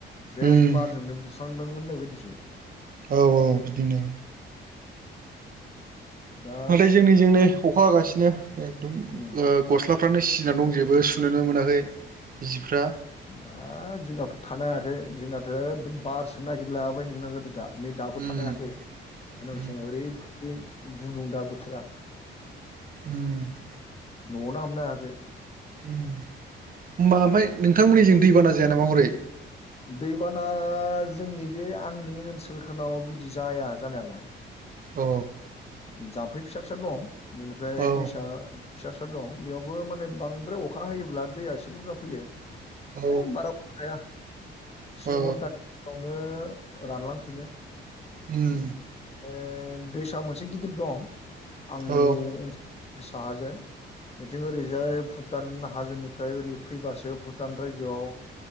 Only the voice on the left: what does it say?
जेस्ट
बारजोंनो बुस्रांदों होननाय बायदिसो।
दा
उम
हा जोंहथ' थानो हायाखै जोंनाथ' बारसो नागिरलाबायनो गोनां जादों दा। नै दाबो
थनो हायाखै मोनाबिलि
समाव ओरैबायदि गुदुं दा बोथोरा
न'आवनो हाबनो हायाखै।
<unintelligible> दैबाना जोंनि बे आंनि ओनसोलफोराव बिदि जाया जानायालाय।
जाम्फै फिसा फिसा दं बेनिफ्राय
दैसा फिसा फिसा दं बेयावबो माने बांद्राय अखा हायोब्ला दैया एसे बुरजा फैयो।
है बाराबो थाया से
घन्टानि गेजेरायावनो रानलांफिनो
ओ दैसाआ मोनसे गिदिर दं आंनि
ओनसोलाव। साहाजाय बिथिं ओरैजाय भुटान हाजोनिफ्राय ओरै फैबासो भुटान रायजोआव